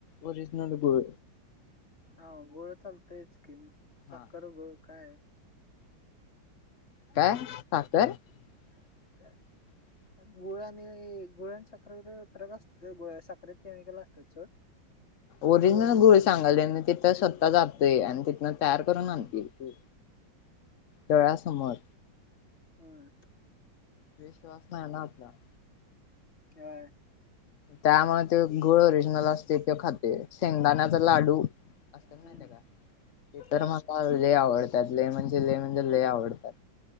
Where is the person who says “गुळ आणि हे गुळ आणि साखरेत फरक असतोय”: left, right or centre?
Left